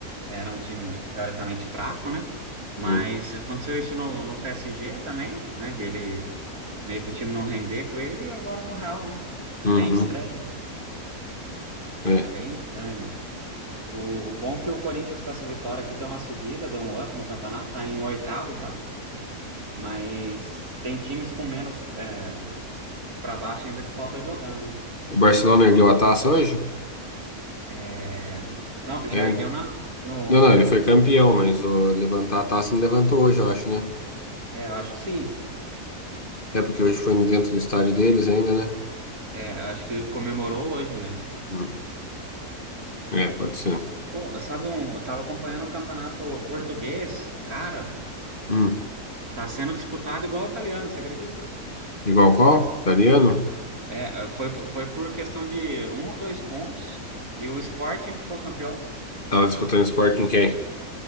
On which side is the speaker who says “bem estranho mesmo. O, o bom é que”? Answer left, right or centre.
Right